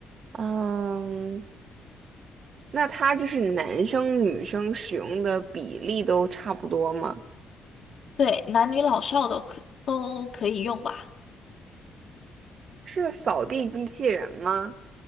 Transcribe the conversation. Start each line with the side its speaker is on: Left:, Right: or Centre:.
Right: 嗯，那它就是男生女生使用的比例都差不多吗？
Left: 对，男女老少都可都可以用吧。
Right: 是扫地机器人吗？